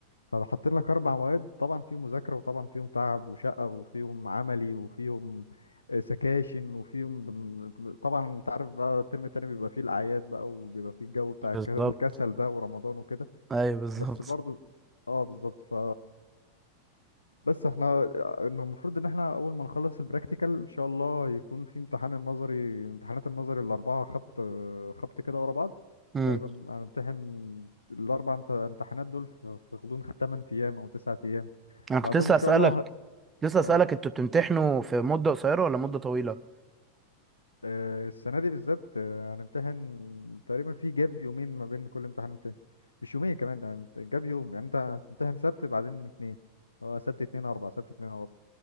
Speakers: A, on the left; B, on the right.
A: فحاطين لك أربع مواد طبعا فيهم مذاكرة وطبعا فيهم تعب وشقة وفيهم عملي وفيهم آه، سكاشن وفيهم طبعا أنت عارف بقى الترم التاني بيبقى فيه الأعياد بقى وبيبقى فيه الجو بتاع
B: بالظبط
A: الك- الكسل ده ورمضان وكده
B: ايوه بالظبط
A: بس برضو اه بالظبط ف بس احنا إن المفروض ان احنا اول ما نخلص البراكتيكال ان شاء الله يكون في امتحان النظري امتحانات النظري الاربعه خبط خبط كده ورا بعض
B: امم
A: تقريبا هنمتحن الاربع امت- امتحانات دول في في غضون 8 ايام او 9 ايام
B: انا كنت
A: بعدهم
B: لسه
A: ان شاء
B: اسالك
A: الله ه-
B: لسه
A: اه
B: اسالك انتوا بتمتحنوا في مده قصيره ولا مده طويله
A: آه، السنه دي بالذات آه، هنمتحن تقريبا في جاب يومين ما بين كل امتحان والتاني مش يومين كمان يعني امت- جاب يوم يعني انت هتمتحن سبت بعدين اتنين هو سبت اتنين اربع سبت اتنين اربع